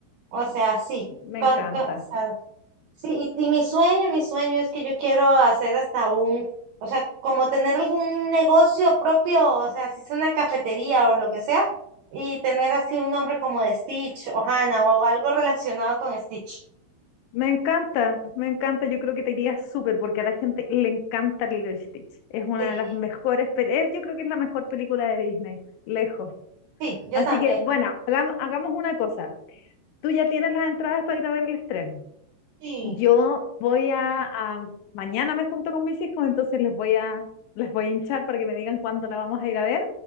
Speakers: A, on the right; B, on the left.
A: O sea, sí.
B: me
A: con-
B: encanta.
A: con- o sea, Sí, y, y mi sueño, mi sueño es que yo quiero hacer hasta un, o sea, como tener algún negocio propio, o sea, si es una cafetería o lo que sea, y tener así un nombre como de Stitch o Hannah o algo relacionado con Stitch.
B: Me encanta, me encanta. Yo creo que te iría súper porque a la gente le encanta Lilo y Stitch. Es una
A: Sí,
B: de las mejores, pel- eh, yo creo que es la mejor película de Disney, lejos.
A: sí, yo
B: Así
A: también.
B: que, bueno, hagam- hagamos una cosa. Tú ya tienes las entradas para ir a ver el estreno.
A: Sí.
B: Yo voy a, a- mañana me junto con mis hijos, entonces les voy a, les voy a hinchar para que me digan cuándo la vamos a ir a ver